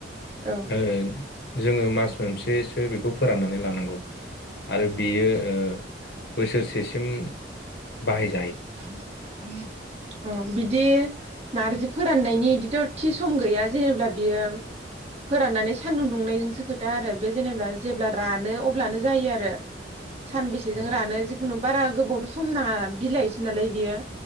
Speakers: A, on the right; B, on the left.
A: औ
B: ओ। जोङो मास मोनसेसो बेखौ फोराननानै लानांगौ आरो बेयो ओ। बोसोरसेसिम बाहाय।
A: <inaudible> अ बिदि नार्जि फोराननायनि बिदिथ थि सम गैया जेनेबब्ला बियो फोराननानै सानदुं दुंनायजोंसो खोथा आरो बे जेनेबा जेब्ला रानो अब्लानो जायो आरो। सानबेसेजों
B: औ
A: रानो जिखुनु बारा गोबावथ सम नाङा बिलाइ नालाय बियो।